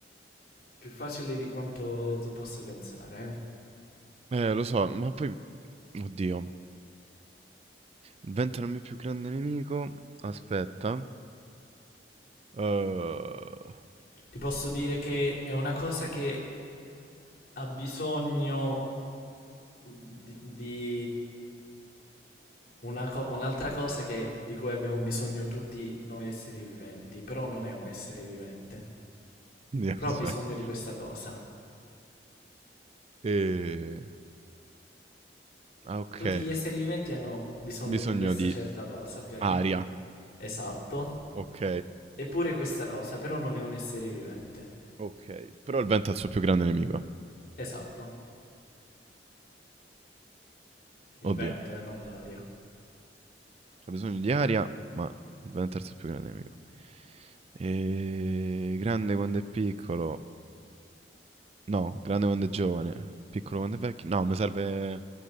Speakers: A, on the left; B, on the right.
A: più facile di quanto tu possa pensare, eh.
B: eh, lo so, ma poi... Oddio. Il vento è il mio più grande nemico. Aspetta. Eh,
A: ti posso dire che è una cosa che ha bisogno di, di una co- un'altra cosa che- di cui abbiamo bisogno tutti noi esseri viventi, però non è un essere vivente,
B: Oddio,
A: però
B: <laughs>
A: ha
B: aspetta.
A: bisogno di questa cosa.
B: Eh, ah, ok.
A: Tutti gli esseri viventi hanno bisogno
B: Bisogno
A: di questa
B: di
A: certa cosa, ok?
B: aria.
A: Esatto.
B: Ok.
A: Eppure questa cosa, però non è un essere vivente.
B: Ok. Però il vento è il suo più grande nemico.
A: Esatto. Il
B: Oddio.
A: vento e non l'aria.
B: C'ha bisogno di aria, ma è il terzo più grande nemico. E... Grande quando è piccolo. No, grande quando è giovane. Piccolo quando è vecchio. No, mi serve...